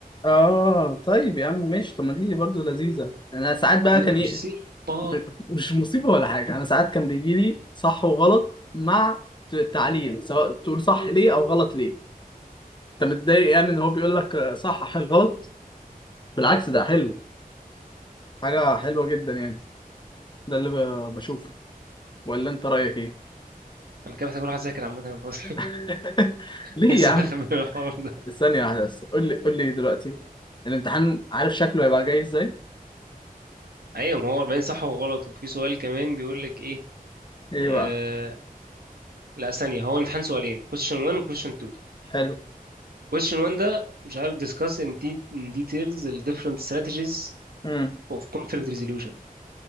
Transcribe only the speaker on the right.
دي
مصيبة
أنا كده محتاج أروح أذاكر عامة بس
<laughs>
لسه
واخد بالي من الحوار ده
أيوة ما هو 40 صح وغلط وفي سؤال كمان بيقول لك إيه
آه...
لا ثانية هو الامتحان سؤالين question 1 و question 2
question 1 ده مش عارف discuss in, de in details the different strategies
اوف كونفليكت ريزوليوشن